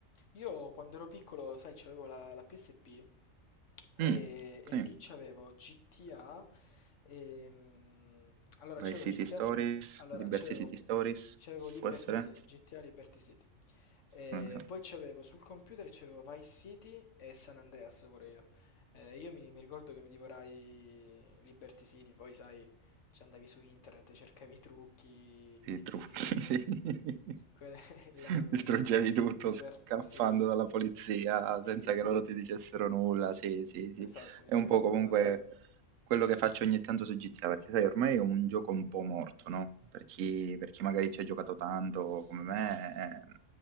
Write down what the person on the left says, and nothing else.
Io quando ero piccolo, sai, c'avevo la, la PSP E,
e
lì c'avevo GTA, ehm, allora
c'avevo
GTA,
sa- allora
c'avevo
c'avevo Liberty
City, GTA Liberty City, e
poi c'avevo sul computer c'avevo Vice City e San Andreas pure io. Eh, io mi, mi ricordo che mi divorai Liberty City, poi sai, ci andavi su internet, cercavi i trucchi,
ti,
ti, ti-
quelle <laughs> là mi,
mi, mi,
mi divert-
sì,
sì,
mi-
esatto, mi
divertivo
tanto,